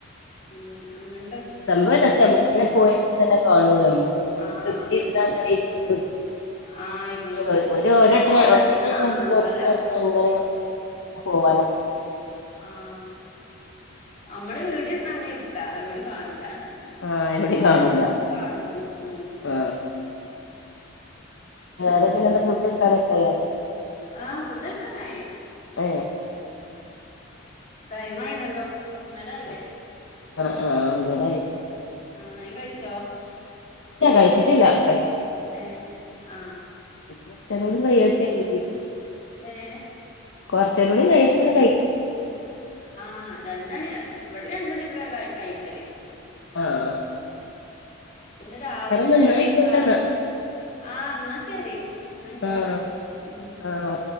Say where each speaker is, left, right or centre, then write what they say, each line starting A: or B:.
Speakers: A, on the left; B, on the left.
A: ഉം അങ്ങൻ
B: സംഭവം രസ നമ്മള്ങ്ങനെ പോയെങ്കി തന്നെ കാണുള്ളൂ ഞമ്മൾ വണങ്കും
A: ആഹ്
B: വീട്ടിലിര്നാ
A: അതന്നെ
B: അങ്ങനെ ഇരുന്നോണ്ട്ക്കും
A: ആഹ് ഇരുന്നോണ്ട്ക്കും
B: ഇതിന് ഒരു ഒരു. <unintelligible>
A: പോയാ തന്നെ
B: ഒരട്ടം
A: കാണുള്ളൂ
B: പോർത്ത്ക്കറങ്ങിയ
A: അല്ല
B: അങ്ങനെ പിന്നങ്ങനെ പോവാന്
A: ആഹ് അമ്മള് വീട്ടിര്ന്ന അങ്ങനെ ഇരിക്കാ എവിടി കാണൂല
B: ആ എവിടെയും
A: പോയാലന്നെ
B: കാണൂല
A: ഒക്കെ കാണുള്ളൂ ഉം
B: ആ വേറെ പിന്നെ ന്താ ഫുഡയ്ക്കാനൊക്കായോ?
A: ആ ഫുഡയ്ക്കാനായി
B: ഏ
A: ടൈം ആയിണല്ലോ ഒന്നരായീലെ
B: ആ ആ ആ ഒന്നരായി
A: ആ നീ കഴിച്ചോ
B: ല്ല കഴിച്ചിട്ടില്ല കഴി
A: ഏ ആ
B: കൊറച്ചേരംകൂടി കയ്യട്ടെര്തി
A: ഏഹ്
B: കൊർച്ചേരൂടി കഴ്ഞ്ട്ട്ങ്ങനെ കഴ്
A: ആ രണ്ടണി ഇവിടെ രണ്ടണിക്കെക്കെ കൈ കൈക്കല്
B: ആഹ്
A: പിന്നെ രാവിലെ
B: നന്നായിക്കോട്ടെന്നാ
A: നേരത്തെ ചായടിക്കും ആ ന്നാ ശരി എന്നായിക്കോട്ടെ
B: ആഹ്
A: ഉം
B: ആഹ്